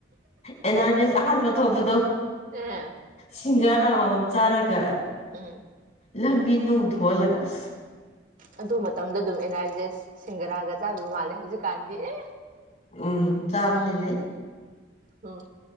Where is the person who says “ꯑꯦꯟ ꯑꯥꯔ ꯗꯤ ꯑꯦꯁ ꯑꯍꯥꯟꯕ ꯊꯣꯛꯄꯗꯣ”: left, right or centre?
Left